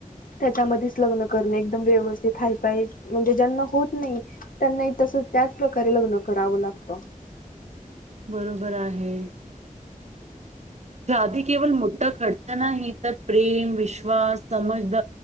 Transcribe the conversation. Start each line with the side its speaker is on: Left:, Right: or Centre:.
Left: त्याच्यामध्येच लग्न करणे एकदम व्यवस्थित हायफाय म्हणजे ज्यांना होत नाही त्यांनाही तस त्याच प्रकारे लग्न करावं लागतो.
Right: बरोबर आहे. शधी केवळ मोठा खर्च नाही तर प्रेम विश्वास समज